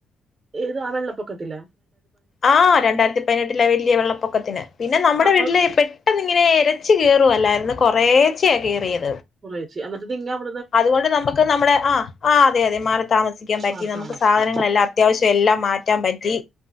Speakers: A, on the right (about 35°); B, on the left (about 45°).
A: ഏത് ആ വെള്ളപ്പൊക്കത്തില്ല
B: ആ രണ്ടായിരത്തി പതിനെട്ടിലെ വല്യ വെള്ളപ്പൊക്കത്തിന് പിന്നെ നമ്മുടെ
A: അപ്പൊ
B: വീട്ടില് പെട്ടെന്നിങ്ങനെ ഇരച്ച് കയറുവല്ലായിരുന്നു കുറേച്ചേ കയറിയത്
A: കുറേച്ചേ എന്നിട്ട് നിങ്ങ അവടെ
B: അതുകൊണ്ട് നമുക്ക് നമ്മുടെ ആ ആ അതെ അതെ മാറി താമസിക്കാൻ പറ്റി
A: മാറി
B: നമുക്ക്
A: താമസിച്ചോ
B: സാധനങ്ങളെല്ലാം അത്യാവശ്യം ല്ല മാറ്റാൻ പറ്റി